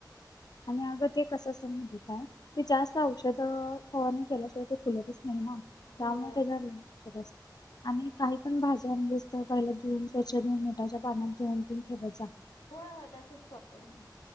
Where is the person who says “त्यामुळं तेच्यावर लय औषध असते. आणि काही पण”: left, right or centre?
Left